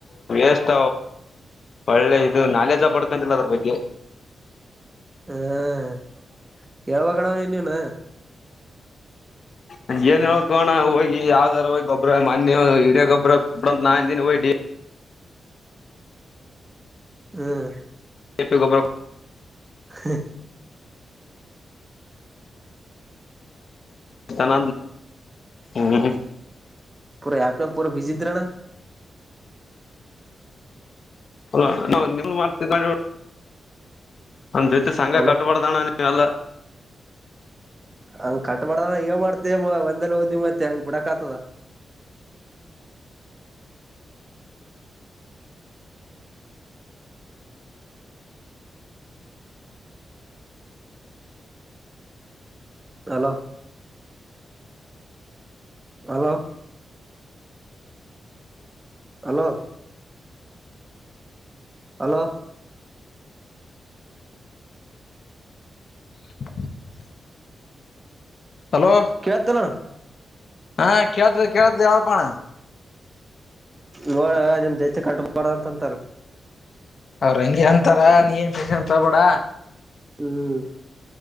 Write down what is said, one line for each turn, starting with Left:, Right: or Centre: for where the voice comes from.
Left: ಎಷ್ಟ ಒಳ್ಳೆ ಇದು ನಾಲೆಜ ಪಡ್ಕಂತಿಲ್ಲ ಅದ್ರ ಬಗ್ಗೆ
Right: ಹ್ ಯಾವಾಗಣ ನೀನ
Left: ಹ ಏನ್ ಹೇಳ್ಕೋಣ ಹೋಗಿ ಯಾವ್ದಾರ ಹೋಗಿ ಗೊಬ್್ರ ಮನ್ಯ ಹಿಡ ಗೊಬ್ಬ ನಾಿನ ಹೋಗ <unintelligible>
Right: ಹ್ಮ್
Left: ಕೆಪ್ಪ ಗೊಬ್ಬರ
Right: ಹ
Left: ಚನ ಹ್ಮ್
Right: ಪೂರ ಆೆ ಪೂರ ಭೀಜಿಿದ್ರಣ
Left: ಅ ನಿಮ ಮಾಡೊಂಡ ನ್ ಜೊತೆ ಸಂಘ
Right: ಅಲೋ
Left: ಕಟ್ಬಾರ್ದಣ್ಣ ನಲ್ಲ
Right: ಹಂಗ ಕಟ್ ಮಾಡ್ದ ಏ ಮಾಡ್ತ ಮ ಒಂದಲ್ಲಿ ಓದಿ ಮತ್ತ ಹಂಗ್ ಬಿಡಕ್ ಆತದ ತಲೋ ಹಲೋ ಹಲೋ ಹಲೋ
Left: <unintelligible> ಹಲೋ
Right: ಕವತ್ತು ದಲನ
Left: ಹಾ ಕೇಳ್ತ ಕೇಳತ್ ಹಳ್ಪಣ
Right: ನೋಡ ನಿಮ್ ಎಷ್ಟು ಕಟ್ಟಾ ಬಾರ ಅಂತನಾ
Left: ಅವ್ರ ಹಂಗೆ ಅಂತಾರ ನೀನು ಏನು ಟೆನ್ಶನ್ ತಕೊಬೇಡ
Right: ಹ್ಮ್